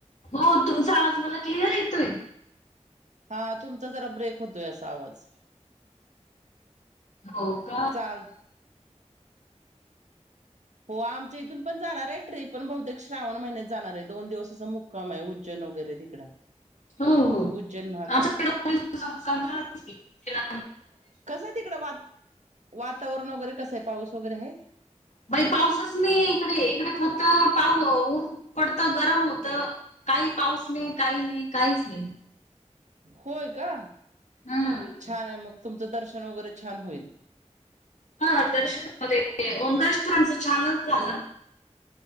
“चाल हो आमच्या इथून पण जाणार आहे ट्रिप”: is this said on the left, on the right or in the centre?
Right